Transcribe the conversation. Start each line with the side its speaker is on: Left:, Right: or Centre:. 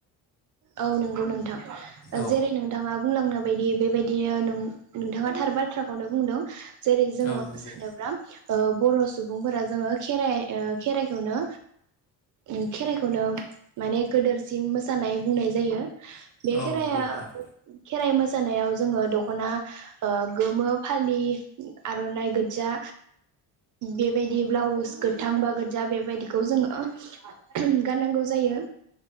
Right: औ नंगौ नोंथां
Left: औ
Right: जेरै नोंथाङा बुंलांनो बायदि बेबाय दियो नोंथाङा थार बाथ्राखौनो बुंदों। जेरै जोङो
Left: औ नंगौ
Right: मोसानोब्ला ओ बर' सुबुंफोरा जोङो खेराइ ओ खेराइखौनो उम खेराइखौनो माने गोदेरसिन मोसानाय बुंनाय जायो। बे
Left: औ
Right: खेराया
Left: नंगौ नोंथां।
Right: खेराइ मोसानायाव जोङो दख'ना ओ गोमो फालि आर'नाइ गोदजा बेबायदि ब्लाउस गोथां बा गोदजा बेबायदिखौ जोङो गाननांगौ जायो